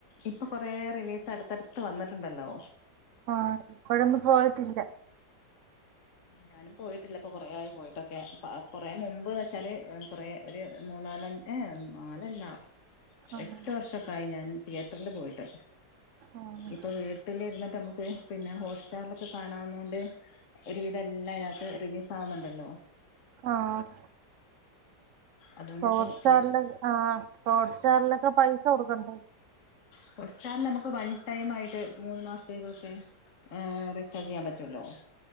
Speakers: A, on the left; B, on the right.
A: ഇപ്പോ കൊറേ റിലീസ് അടുത്തടുത്ത് വന്നിട്ടുണ്ടല്ലോ
B: ആഹ് ഇപ്പോഴൊന്നും പോയിട്ടില്ല
A: ഞാനും പോയിട്ടില്ല ഇപ്പോ കൊറേ ആയി പോയിട്ടൊക്കെ കൊറേ മുമ്പ്ന്ന് വെച്ചാല് കൊറെ ഒരു മൂന്നാല് <unintelligible> നാലല്ല
B: ആഹ്
A: എട്ട് വർഷക്കായി ഞാൻ തിയറ്ററിൽ പോയിട്ട്
B: ആഹ്
A: ഇപ്പ വീട്ടിലിരുന്നിട്ട് നമ്മ ക്ക് പിന്നെ ഹോട്ട്സ്റ്റാറിലൊക്കെ കാണാവുന്ന കൊണ്ട് ഒരു വിധം എല്ലാം ഇതിനകത്ത് റിലീസ് ആവുന്നുണ്ടല്ലോ
B: ആഹ്
A: അതുകൊണ്ടിപ്പോ
B: ഹോട്ട്സ്റ്റാറില്
A: തിയേറ്റർ
B: ആഹ് ഹോട്ട്സ്റ്റാറിലൊക്കെ പൈസ കൊടുക്കണ്ടേ?
A: ഹോട്ട്സ്റ്റാറില് നമുക്ക് വൺ ടൈം ആയിട്ട് മൂന്ന് മാസത്തേക്കൊക്കെ ഏഹ് റീചാർജ് ചെയ്യാൻ പറ്റുലോ